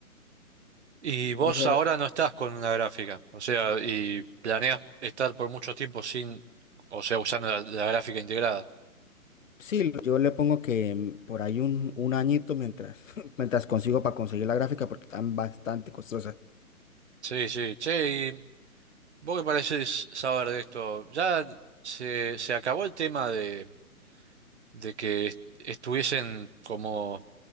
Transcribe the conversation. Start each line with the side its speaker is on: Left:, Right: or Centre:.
Right: Y vos
Left: Debe ser-
Right: ahora no estás con una gráfica, o sea, y planeas estar por mucho tiempo sin, o sea, usando la, la gráfica integrada.
Left: sí, yo le pongo que mm, por ahí un, un añito mientras, <laughs> mientras consigo para conseguir la gráfica porque están bastante costosas.
Right: Sí, sí. Che, y vos qué parecés saber de esto, ya se, se acabó el tema de, de que est- estuviesen como